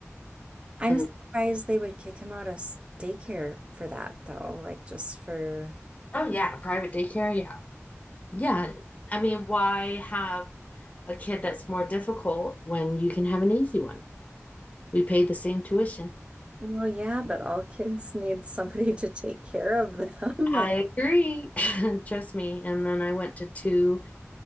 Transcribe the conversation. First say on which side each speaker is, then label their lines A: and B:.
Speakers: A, on the right; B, on the left.
A: I'm
B: And
A: surprised they would kick him out of s- daycare for that though, like just for
B: oh, yeah, private daycare. Yeah. Yeah. I mean, why have a kid that's more difficult when you can have an easy one? We pay the same tuition.
A: Well, yeah, but all kids need somebody <laughs> to take care of them.
B: I
A: <laughs>
B: agree. <laughs> Trust me. And then I went to two